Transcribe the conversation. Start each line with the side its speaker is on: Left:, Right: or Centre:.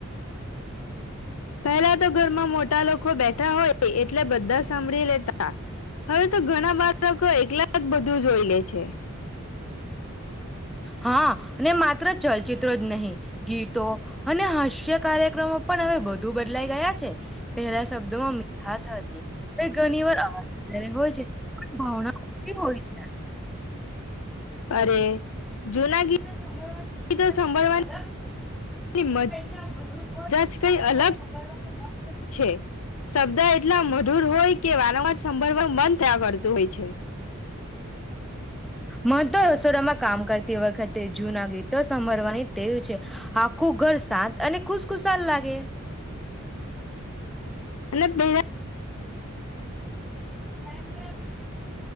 Left: પહેલા તો ઘરમાં મોટા લોકો બેઠા હોય એટલે બધા સાંભળી લેતા હવે તો ઘણા બાળકો એકલા જ બધું જોઈ લે છે.
Centre: હા માત્ર ચલચિત્રો જ નહી ગીતો અને હાસ્ય કાર્યક્રમો પણ હવે બધું બદલાઈ ગયા. પહેલા શબ્દોમાં મીઠાશ હતી ઘણી વાર અવાજ હોય છે પણ ભાવના હોય છે. અરેભળવાની
Left: અરે જૂના ગીતો સાંભળવાની
Centre: ક અલગ છે.
Left: મજા
Centre: ના મુર હો
Left: જ કઈ
Centre: વારંવાર
Left: અલગ
Centre: સાભળવા તો
Left: છે શબ્દ એટલા મો અઢૂર હોય કે વારંવાર સાભળવા મન થયા કરતું હોય છે.
Centre: મહંત રસોડામાં કામ કરતા. તે વખતે જૂનાગીતો સાભરવાની તેવ છે આખું ઘર શાંત અને ખુશ ખુશાલ લાગે.
Left: અને પહેલા
Centre: હ <unintelligible>